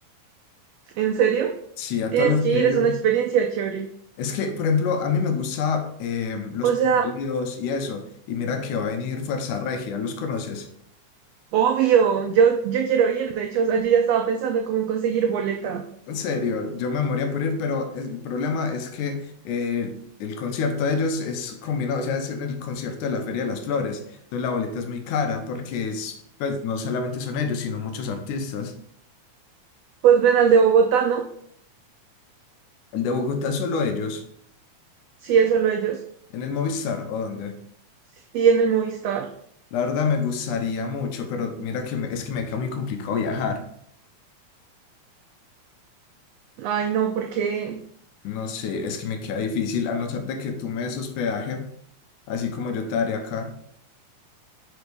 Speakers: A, on the right; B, on the left.
A: ¿En serio?
B: Sí, a
A: Tienes
B: todos los
A: que
B: que he
A: ir, es
B: ido.
A: una experiencia chévere.
B: Es que, por ejemplo, a mí me gusta eh, los
A: O sea,
B: Mm. corridos y eso. Y mira que va a venir Fuerza Regia, ¿los conoces?
A: obvio, yo, yo quiero ir. De hecho, o sea, yo ya estaba pensando cómo conseguir boleta.
B: En serio, yo me moría por ir, pero el problema es que eh, el concierto de ellos es combinado, o sea, es en el concierto de la Feria de las Flores. Entonces la boleta es muy cara porque es, pues, no solamente son ellos, sino muchos artistas.
A: Pues ven al de Bogotá, ¿no?
B: El de Bogotá es solo ellos,
A: Sí, es solo ellos.
B: en el Movistar o dónde.
A: Sí, en el Movistar.
B: La verdad me gustaría mucho, pero mira que me- es que me queda muy complicado viajar.
A: Ay, no, porque,
B: No sé, es que me queda difícil, a no ser de que tú me des hospedaje, así como yo te daré acá.